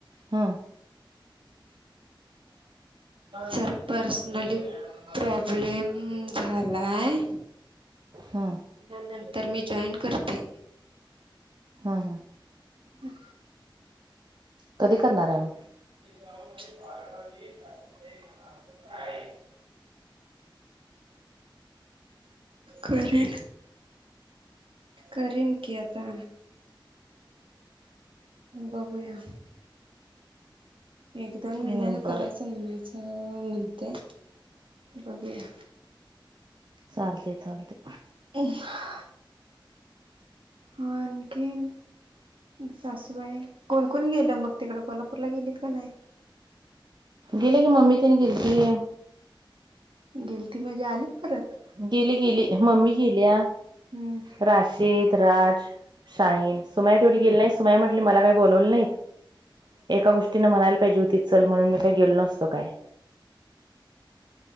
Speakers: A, on the right; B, on the right.
A: हम्म
B: जरा पर्सनली प्रॉब्लेम झालाय.
A: हा.
B: त्या नंतर मी जॉईन करते.
A: हा हा
B: हम
A: कधी करणार आहे मग.
B: <unintelligible> करेन करेन कि आता. बघूया. एक दोन
A: मग
B: महिन्यानं
A: बर
B: करायचं म्हणायचं म्हणते बघूया.
A: चालते चालते.
B: <unintelligible> मं आणि काय नाही. सासूबाई कोणकोण गेलं मग तिकडे कोल्हापूरला गेलीत का नाही.
A: गेले की मम्मी तिने गेलतीय.
B: गेल ती म्हणजे आलीत परत.
A: गेली गेली मम्मी गेल्या
B: हम्म
A: राशेद राज. शाईन सुमया तेवढी गेली नाही सुमया म्हटली मला काही बोलवले नाहीत. एका गोष्टीन म्हणायला पाहिजे होतीि चल म्हणून मी काही गेलो नसतो काय.